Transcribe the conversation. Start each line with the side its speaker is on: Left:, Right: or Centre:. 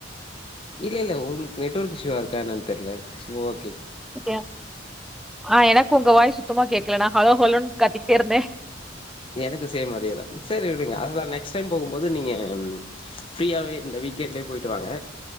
Left: இல்லல்ல உங்ளுக்கு நெட்ஒர்க் இஷ்யூவாருக்கா என்னனு தெரில செரி ஓக்
Centre: கியா ஆ எனக்கு உங்க வாய்ஸ் சுத்தமா கேக்கலனா ஹலோ ஹலோனு கத்திகிட்டே இருந்தே
Left: எனக்கு சேம் அதே தா செரி விடுங்க அதுதா நெக்ஸ்ட் டைம் போகும்போ போது நீங்க ஆ ஃப்ரீயாவே இந்த வீக்எண்ட்லயே போயிட்டு வாங்க